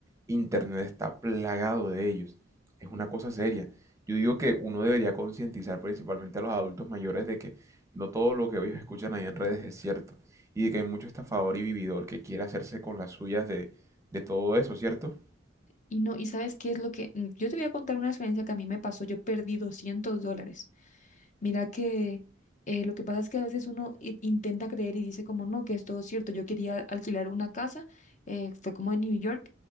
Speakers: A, on the right; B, on the left.
A: Internet está plagado de ellos. Es una cosa seria. Yo digo que uno debería concientizar principalmente a los adultos mayores de que no todo lo que ellos escuchan ahí en redes es cierto y de que hay mucho estafador y vividor que quiere hacerse con las suyas de, de todo eso, ¿cierto?
B: Y no, ¿y sabes qué es lo que? mm, Yo te voy a contar una experiencia que a mí me pasó. Yo perdí 200 dólares. Mira que eh, lo que pasa es que a veces uno i- intenta creer y dice como no, que es todo cierto. Yo quería alquilar una casa, eh, fue como en New York